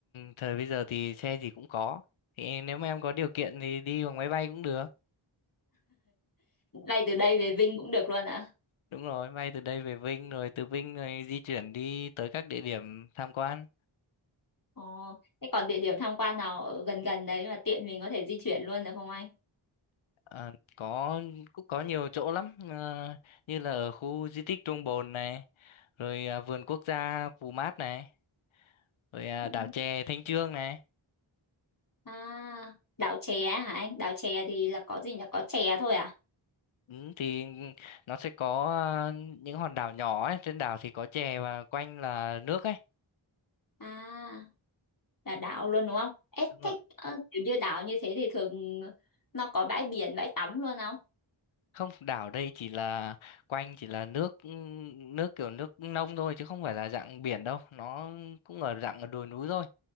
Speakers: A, on the left; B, on the left.
A: thời bây giờ thì xe gì cũng có thì nếu mà em có điều kiện thì đi bằng máy bay cũng được
B: Bay từ đây về Vinh cũng được luôn ạ.
A: đúng rồi bay từ đây về Vinh rồi từ Vinh rồi di chuyển đi tới các địa điểm tham quan
B: Ồ, thế còn địa điểm tham quan nào ở gần gần đấy mà tiện mình có thể di chuyển luôn được không anh?
A: Ờ, có cũng có nhiều chỗ lắm Ờ, như là ở khu di tích Trung Bồn này rồi à, vườn quốc gia Pù Mát này rồi à,
B: Ừ.
A: đảo chè Thanh Chương này
B: À, đảo chè hả anh? Đảo chè thì là có gì nhỉ? Có chè thôi à?
A: ừ, thì nó sẽ có à, những hòn đảo nhỏ ấy trên đảo thì có chè và quanh là nước ấy
B: À, là đảo luôn đúng không? Ê,
A: đúng rồi
B: thế ờ, kiểu như đảo như thế thì thường nó có bãi biển, bãi tắm luôn không?
A: không đảo đây chỉ là quanh chỉ là nước ừ, nước kiểu nước nông thôi chứ không phải là dạng biển đâu nó cũng ở dạng ở đồi núi thôi